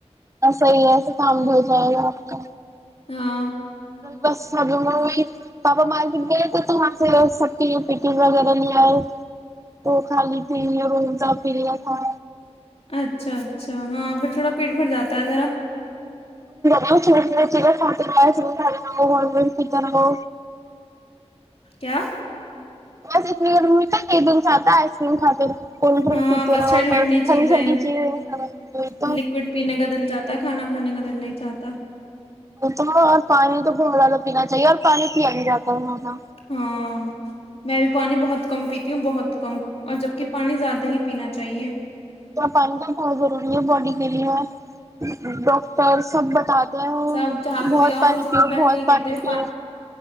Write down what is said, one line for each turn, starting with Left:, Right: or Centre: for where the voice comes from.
Right: صحی ایس کام ہو جائے گا آپ کا
Left: ہاں
Right: بس ہمب م بھی پاپا مارکیٹ گئے تھے تو وہاں سے سب کی پکن وغیرہ لے آئے وہ خالی تھی را پ لیا تھا
Left: اچھا اچھا ہاں پ تھوڑا پیٹ بھر جاتا ہے ذرا
Right: چھو چ س ب سر نگ کھا نگو
Left: کیا
Right: بس اتنی گ م کیا کہ دن چاتا آئسکیم کاتی تھ کولڈ ڈرنک
Left: ہاں
Right: کی طر
Left: بس ٹھنڈی
Right: ٹھنڈی
Left: چیزیں
Right: ٹھنڈی چی تو
Left: لکوڈ پینے کا دل چاہتا کھانا کھانے کا دل نہیں چاہتا
Right: تو اور پانی تو بہ زیادہ پینا چاہیے اور پانی پیا نہیں جاتا ہے زدہ
Left: ہاں میں بھی پانی بہت کم پیتی ہوں بہت کم اور جبکہ پانی زیادہ ہی پینا چاہیے
Right: پالنا بہت ضروری ہے باڈی کے لیے ڈاکٹر سب بتات ہ
Left: سب جہاں پہ
Right: بہت
Left: بھی جاؤ
Right: پانی
Left: وہ سب
Right: پیؤ
Left: سے پہلے
Right: بہت
Left: یہ کہتے
Right: پانی
Left: ہیں
Right: پیؤ